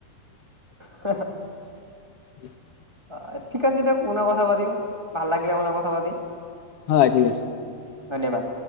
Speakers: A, on the right; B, on the left.
A: হহ
B: <inaudible>
A: অ ঠিক আছে দিয়ক পুনৰ কথা পাতিম ভাল লাগিলে আপোনাৰ লগত কথা পাতি
B: হয় ঠিক আছে
A: ধন্যবাদ